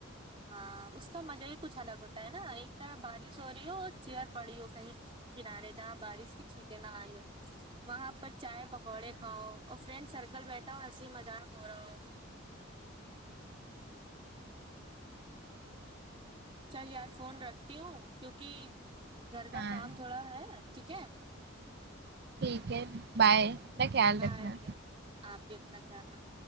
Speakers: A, on the right (about 25°); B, on the right (about 50°).
A: ہاں اس کا مزہ ہی کچھ الگ ہوتا ہے نا ایک طرف بارش ہو رہی ہو اور چیئر
B: ہاں
A: پڑی ہو کہیں کنارے جہاں بارش بھی چھینیکے نہ آئی رہے ہو وہاں پر چائے پکوڑے
B: ہاں
A: کھاؤ اور فرینڈ سرکل بیٹھا ہو ہنسی مذاق ہو رہا ہو چل یار فون رکھتی ہوں کیوںکہ گھر کا
B: ہاں
A: کام تھوڑا ہے ٹھیک ہے
B: ٹھیک ہے بائے اپنا خیال
A: بائے
B: رکھنا
A: آپ بھی اپنا خیال رکھ